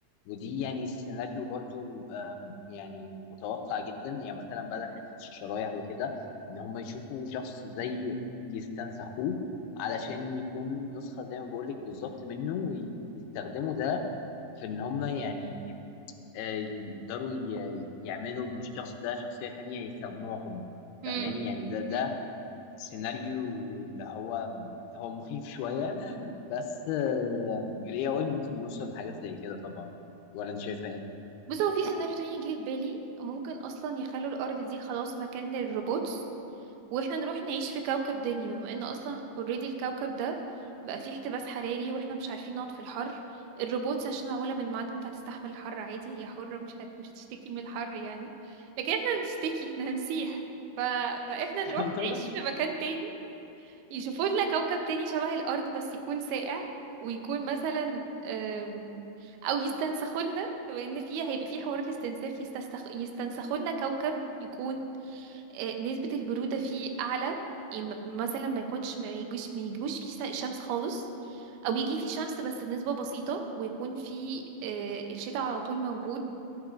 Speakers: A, on the left; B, on the right.
A: ودي يعني سيناريو برضو آم، يعني متوقع جدا يعني مثلا بدل حتة الشرايح وكده إن هم يشوفوا شخص زي يستنسخوه علشان يكون نسخة زي ما بقولك بالظبط منه ويستخدموا ده في إن هم يعني آه، يقدروا ي- يعملوا من الشخص ده شخصية تانية يستخدموها هم
B: مم.
A: فاهماني يعني ده ده
B: مم.
A: سيناريو اللي هو هو مخيف شوية بس آه، ال AI ممكن يوصل لحاجات زي كده طبعا ولا أنت شايفة إيه؟
B: بص هو في سيناريو تاني جه في بالي ممكن اصلا يخلوا الارض دي خلاص مكان للروبوتس واحنا نروح نعيش في كوكب تاني بما ان اصلا اوريدي الكوكب ده بقى فيه احتباس حراري واحنا مش عارفين نقعد في الحر الروبوتس عشان معمولة من معدن فهتستحمل الحر عادي هي حرة مش هت... مش هتشتكي من الحر يعني لكن احنا هنشتكي احنا هنسيح ف... فاحنا نروح
A: <laughs>
B: نعيش في مكان تاني يشوفوا لنا كوكب تاني شبه الارض بس يكون ساقع ويكون مثلا أم، او يستنسخوا لنا بما ان فيه هيبقى فيه حوار الاستنساخ يستسخ... يستنسخوا لنا كوكب يكون آه، نسبة البرودة فيه أعلى يم- مثلا ما يكونش ما يجوش ما يجوش فيه س- شمس خالص أو يجي فيه شمس بس بنسبة بسيطة ويكون فيه آه، الشتاء على طول موجود